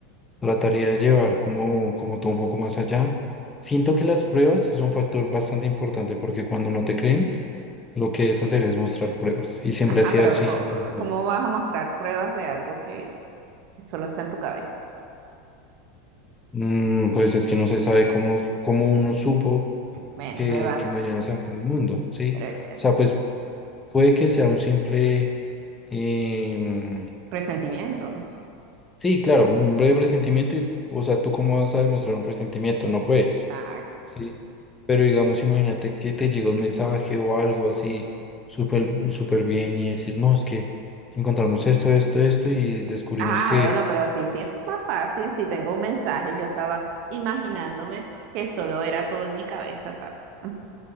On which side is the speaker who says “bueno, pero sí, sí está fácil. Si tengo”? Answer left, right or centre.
Right